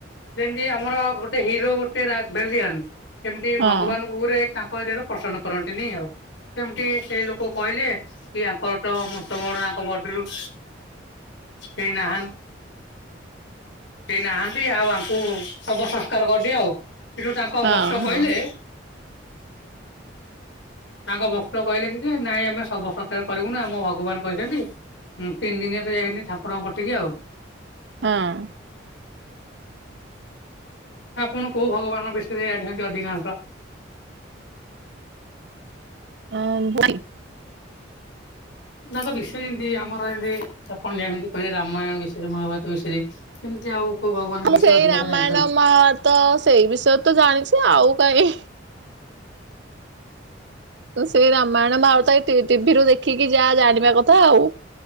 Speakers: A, on the left; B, on the right.
A: ଯେମିତି ଆମର ଗୋଟେ ହିରୋ ଗୋଟେ ରା ଭେଲିଆନ ସେମିତି
B: ହଁ
A: ଭଗବାନଙ୍କୁରେ ଗୁରେ ତାଙ୍କ ଏରିଆରେ ପସନ୍ଦ କରନ୍ତିନି ଆଉ। ସେମିତି ସେ ଲୋକ କହିଲେ କି ଆଙ୍କର ତ ମତ ମୋରଙ୍କ ବଡିରୁ ସେଇ ନାହନ୍ କେହି ନାହାନ୍ତି ଆଉ ଆଙ୍କୁ ଶବ ସଂସ୍କାର କରିଦିଅ ଆଉ କିନ୍ତୁ ତାଙ୍କ
B: ହଁ
A: ଭକ୍ତ କହିଲେ
B: ହଁ
A: ତାଙ୍କ ଭକ୍ତ କହିଲେ କି ନାଇଁ ଆମେ ଶବ ସସ୍କାର କରିବୁ ନି ଆମ ଭଗବାନ କହିଛନ୍ତି ହୁ ତିନି ଦିନିଆ ତ ଯାଇନି ଠାକୁରଙ୍କ କତିକି ଆଉ
B: ହଁ।
A: ଆପଣ କୋଉ ଭଗବାନଙ୍କ ବିଷୟରେ ଜାଣିଛନ୍ତି ଅଧିକାଂଶ?
B: ହଁ ଭୁଇ।
A: ତାଙ୍କ ବିଷୟରେ ଏମିତି ଆମର ଏମିତି ଆପଣ ଯେମିତି କହିଲେ ରାମାୟଣ ବିଷୟରେ ମହାଭାରତ ବିଷୟରେ ସେମିତି ଆଉ କୋଉ ଭଗବାନଙ୍କ
B: ମୁଁ
A: ବିଷୟରେ
B: ସେଇ
A: ଅଧିକାଂଶ
B: ରାମାୟଣ
A: ଜାଣିଛନ୍ତି?
B: ମହାଭାରତ ସେଇ ବିଷୟରେ ତ ଜାଣିଛି ଆଉ କାହିଁ ତ ସେ ରାମାୟଣ ମହା ଭାତ ଟିଭିରୁୁ ଦେଖିକି ଯା ଜାଣିବା କଥା ଆଉ